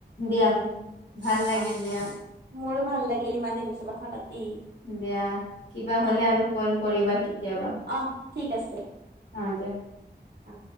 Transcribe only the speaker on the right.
আহ
মোৰো ভাল লাগিল ইমানেই নিছু কথা পাতি।
আহ
আহ ঠিক আছে।
আহ